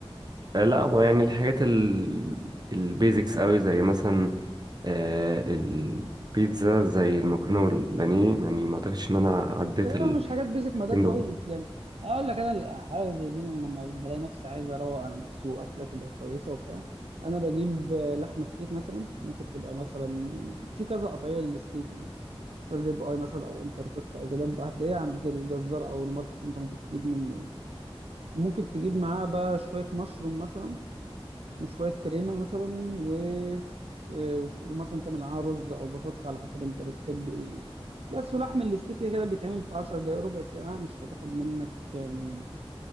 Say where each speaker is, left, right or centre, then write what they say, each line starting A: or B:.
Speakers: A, on the right (about 45°); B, on the right (about 75°).
A: آه، لا هو يعني الحاجات ال البيزكس قوي زي مثلا آه، البيتزا زي المكرونه والبانيه يعني ما اعتقدش ان انا عديت
B: لا
A: ال
B: مش حاجات بيزك ما ده
A: دول
B: كويس يعني اقول لك انا حاجه زي دي أنا لما بلاقي نفسي عايز اروق على نفسي واكله تبقى كويسه وبتاع انا بجيب آه، لحمه ستيك مثلا ممكن تبقى مثلا في كذا قطعيه للستيك يعني ريب اي مثلا او انتركوت او كده بقى هتلاقيه عند الجزار او الماركت اللي انت ممكن تجيب منه يعني ممكن تجيب معاه بقى شويه مشروم مثلا وشوية كريمة مثلا و آه، وش- ومثلا تعمل معاها رز أو بطاطس على حسب أنت بتحب إيه بس ولحم الاستيك كده كده بيتعمل في 10 دقايق ربع ساعة مش هتاخد منك يعني